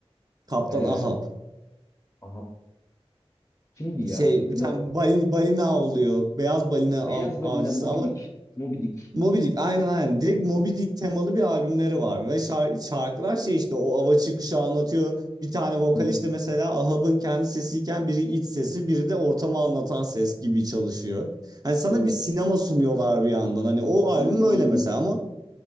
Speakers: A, on the right; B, on the left.
A: Kaptan
B: Ee,
A: Ahab.
B: aha, kimdi ya?
A: Şey
B: Hatırlamıyorum.
A: bir tane balina, balina avlıyor. Beyaz balina
B: Beyaz
A: av- avcısı
B: Balina, Moby
A: ama
B: Dick. Moby Dick.
A: Moby Dick aynen aynen. Direkt Moby Dick temalı bir albümleri var ve şar- şarkılar şey işte o ava çıkışı anlatıyor. Bir tane vokal
B: Hı hı.
A: işte mesela Ahab'ın kendi sesiyken biri iç sesi, biri de ortamı anlatan ses gibi çalışıyor. Hani sana
B: Of,
A: bir sinema sunuyorlar bir yandan. Hani o albüm
B: anladım
A: öyle
B: anladım
A: mesela
B: şimdi.
A: ama